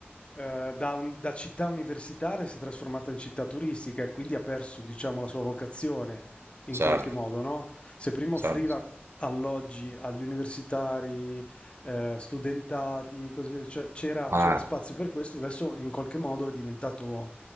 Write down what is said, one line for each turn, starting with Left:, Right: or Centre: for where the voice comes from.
Left: eh, da, un- da città universitaria si è trasformata in città turistica e quindi ha perso, diciamo, la sua vocazione in
Right: Certo,
Left: qualche modo, no? Se prima
Right: certo.
Left: offriva alloggi agli universitari, eh, studentati, cose- cioè, c'era,
Right: Ah,
Left: c'era spazio per questo, adesso in qualche modo è diventato